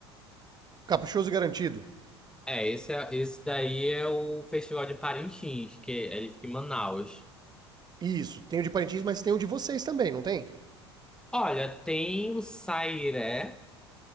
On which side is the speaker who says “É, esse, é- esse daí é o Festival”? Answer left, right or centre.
Centre